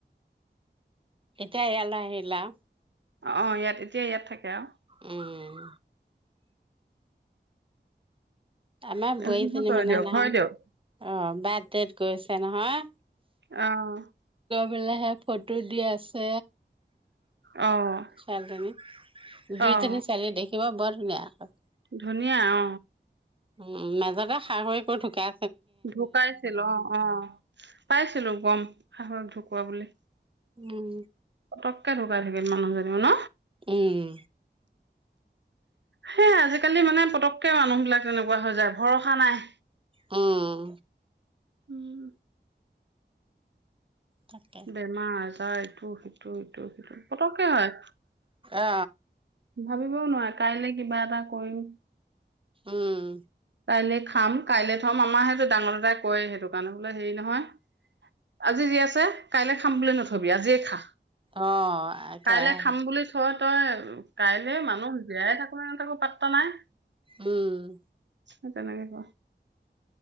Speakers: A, on the right (about 30°); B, on the right (about 70°).
A: এতিয়া এয়ালৈ আহিল আউ।
B: অ, অ ইয়াত এতিয়া ইয়াত থাকে আউ।
A: উম। আমা বোৱাই
B: সিহঁতৰ
A: জেনী মানে
B: দিয়ক
A: নাহন,
B: হয় দিয়ক
A: অ। বাৰ্থডেত গৈছে নহয়।
B: অ'।
A: বোলে হে ফটো দি আছে।
B: অ',
A: ছোৱালজনী, দুই
B: অ',
A: জেনী ছোৱালী দেখি- খিব বৰ ধুনীয়া আক'।
B: ধুনীয়া অ।
A: উম মাজতে শাহুয়েকো ঢুকাই
B: ঢুকাইছিল অ, অ পাইছিলো গম শাহুয়েক ঢুক কোৱা বুলি।
A: উম।
B: পতককে ঢুকাই থাকিল মানুহজনীও ন?
A: উম।
B: সেই আজিকালি মানে পতককে মানুহ বিলাক তেনেকোৱা হৈ যায়, ভৰসা নাই।
A: উম।
B: উম
A: তাকে
B: বেমাৰ আজাৰ। ইটো সিটো ইটো সিটো সিটো সিটো পতকে হয়।
A: অ
B: ভাৱিবও নোৱা কাইলে কিবা এটা কৰিম
A: উম।
B: কাইলৈ খাম কাইলৈ থম আমাৰ সেইটো ডাঙৰ দাদাই কয় সেইটো কাৰণে বোলে হেৰি নহয় আজি যি আছে কাইলে খাম বুলি নথবি আজিয়ে খা।
A: অ একেৰাহে
B: কাইলৈ খাম বুলি থ তই কাইলে মানুহ জীয়াই থাকো নে নেথাকো পাত বৰ্তমান
A: উম
B: সে তেনেকে ক